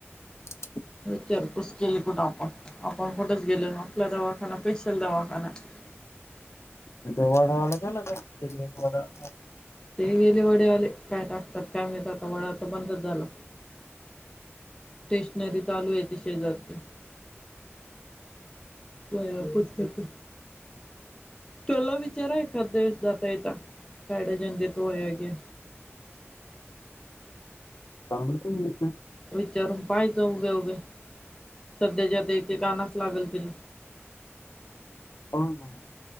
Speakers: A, on the left; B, on the left.
A: <inaudible>
B: विचारपूस केली कुठं आपण. आपण कुठंच गेल नाही. आपला दवाखाना स्पेशल दवाखाना आहे.
A: इथं वडावाला गेला का?
B: ते गेले वडे वाले. काय टाकतात काय माहित आता. वडा तर बंदच झाला. स्टेशनरी चालू आहे ती शेजारची. वह्या पुस्तक. त्याला विचारा एखादं जाता येता. काय डजन देतो वह्या बिया.
A: ताबडतोब निघतात.
B: विचारून पाहायचं उभे उभे सध्याच्या आता एक एक अनास लागल तिला.
A: हो ना.